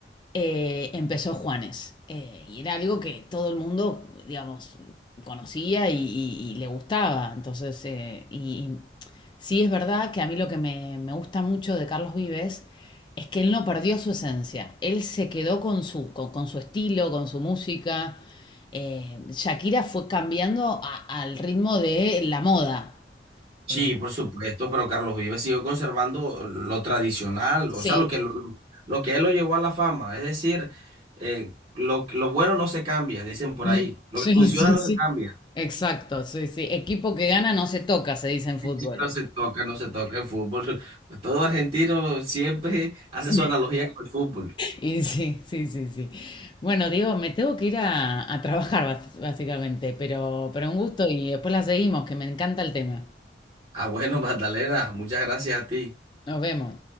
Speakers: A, on the left; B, on the right.
A: eh, empezó Juanes. Eh, y era algo que todo el mundo, digamos, conocía y, y- y le gustaba. Entonces, eh, y, y sí es verdad que a mí lo que me, me gusta mucho de Carlos Vives es que él no perdió su esencia. Él se quedó con su, con, con su estilo, con su música. Eh, Shakira fue cambiando a- al ritmo de la moda.
B: Sí,
A: Eh,
B: por supuesto, pero Carlos Vives siguió conservando lo tradicional,
A: sí,
B: o sea, lo que, lo, lo que él lo llevó a la fama. Es decir, eh, lo, lo bueno no se cambia, dicen
A: <laughs>
B: por
A: mm,
B: ahí. Lo
A: sí,
B: que funciona
A: sí,
B: no
A: sí.
B: se cambia.
A: Exacto, sí, sí. Equipo que gana no se toca, se dice en fútbol.
B: Sí, sí, No se toca, no se toca el fútbol. <laughs> Todo argentino siempre hace
A: <laughs>
B: su analogía con el fútbol.
A: Y sí, sí, sí, sí. Bueno, Diego, me tengo que ir a, a trabajar bas- básicamente, pero, pero un gusto y después la seguimos, que me encanta el tema.
B: Ah, bueno, <laughs> Magdalena, muchas gracias a ti.
A: Nos vemos.